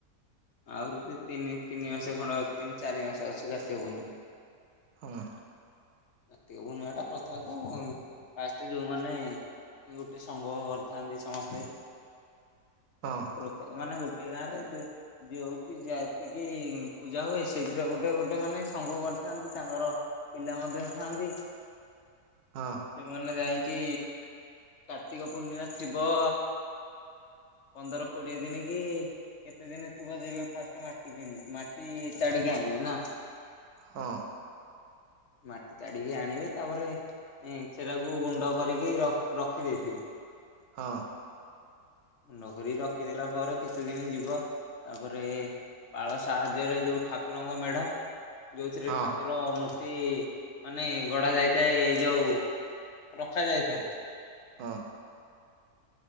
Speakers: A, on the left; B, on the right.
A: ଆହୁରି ତେ ତିନି ତିନି ମାସ ଖଣ୍ଡେ ତିନି ଚାରି ମାସ ଅଛି କାର୍ତ୍ତିକ ପୂର୍ଣ୍ଣିମା।
B: ହଁ।
A: କାର୍ତ୍ତିକ ପୂର୍ଣ୍ଣିମା ଟା ପ୍ରଥମେ ତ ଫାଷ୍ଟ ଯୋଉମାନେ ଗୋଟେ ସଂଘ କରିଥାନ୍ତି ସମସ୍ତେ।
B: ହଁ।
A: ପ୍ରତ୍ୟେ-ମାନେ ଗୋଟିଏ ଗାଁ ରେ ଏବେ ଯୋଉଠି ଯେତିକି ପୂଜା ହୁଏ ସେଇଥିରେ ଗୋଟେ, ଗୋଟେ ମାନେ ସଂଙ୍ଗ କରିଥାନ୍ତି ତାଙ୍କର। ପିଲା ମଧ୍ୟ ଥାନ୍ତି।
B: ହଁ।
A: ସେମାନେ ଯାଇଙ୍କି, କାର୍ତ୍ତିକ ପୂର୍ଣ୍ଣିମା ଥିବ ପନ୍ଦର କୋଡିଏ ଦିନି କି କେତେ ଦିନି ଥିବ ଯିବେ ଫାଷ୍ଟ ମାଟି କିଣି। ମାଟି ତାଡିକି ଆଣିବେ ନା?
B: ହଁ।
A: ମାଟି ତାଡିକି ଆଣିବେ। ତାପରେ ସେରାକୁ ଗୁଣ୍ଡ କରିକି ରଖ୍ ରଖି ଦେଇଥିବେ।
B: ହଁ।
A: ଗୁଣ୍ଡ କରି ରଖିଦେଲା ପରେ କେତେ ଦିନ ଯିବ। ତାପରେ ପାଳ ସାହା ପୁଜାରେ ଯୋଉ ଠାକୁରଙ୍କ ମେଢ, ଯୋଉଥିରେ
B: ହଁ
A: ଠାକୁର ର ମୂର୍ତ୍ତି ମାନେ ଗଢା ଯାଇଥାଏ, ଏଇ ଯୋଉ ରଖାଯାଇଥାଏ।
B: ହଁ।